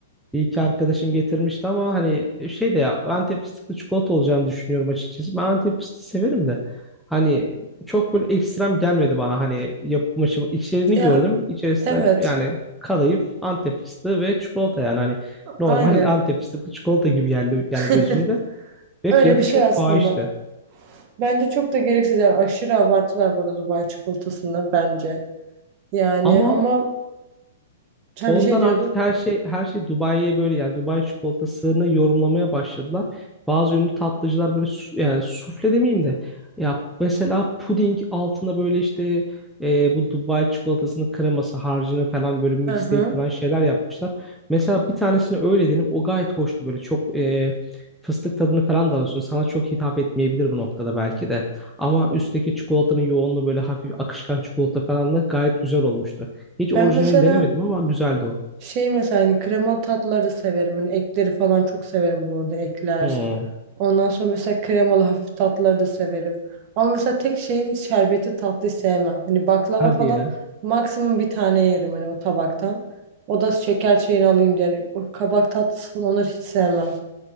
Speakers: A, in the centre; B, on the right (about 40°).
A: Bir iki arkadaşım getirmişti ama hani şey de ya Antep fıstıklı çikolata olacağını düşünüyorum açıkçası. Ben Antep fıstığı severim de hani çok böyle ekstrem gelmedi bana hani yapım aşımı içeriğini
B: Ya
A: gördüm. İçerisinde
B: evet,
A: yani kadayıf, Antep fıstığı ve çikolata yani hani normal
B: aynen.
A: <laughs> Antep fıstıklı çikolata gibi geldi
B: <laughs>
A: yani gözümde ve
B: Öyle
A: fiyatı
B: bir şey
A: çok
B: aslında.
A: fahişti.
B: Bence çok da gereksiz yani aşırı abartılar burada Dubai çikolatasını bence. Yani
A: Ama
B: ama sen
A: Ondan
B: bir şey diyordun.
A: artık her şey her şey Dubai'ye böyle yani Dubai çikolatasını yorumlamaya başladılar. Bazı ünlü tatlıcılar böyle su- yani sufle demeyeyim de ya mesela puding altına böyle işte e, bu Dubai çikolatasının kreması harcını falan böyle mixleyip
B: Hı hı.
A: falan şeyler yapmışlar. Mesela bir tanesini öyle dedim o gayet hoştu böyle çok e, fıstık tadını falan da alıyorsun. Sana çok hitap etmeyebilir bu noktada belki de. Ama üstteki çikolatanın yoğunluğu böyle hafif akışkan çikolata falanla gayet güzel olmuştu. Hiç
B: Ben
A: orijinalini
B: mesela
A: denemedim ama güzeldi o.
B: Şey mesela hani kremalı tatları severim. Hani ekleri falan çok severim bu arada ekler.
A: Hmm.
B: Ondan sonra mesela kremalı hafif tatları da severim. Ama mesela tek şeyim şerbetli tatlı sevmem. Hani baklava
A: Hadi
B: falan
A: ya.
B: maksimum bir tane yerim hani o tabaktan. O da şeker çayını alayım diye. Yani o kabak tatlısı falan onları hiç sevmem.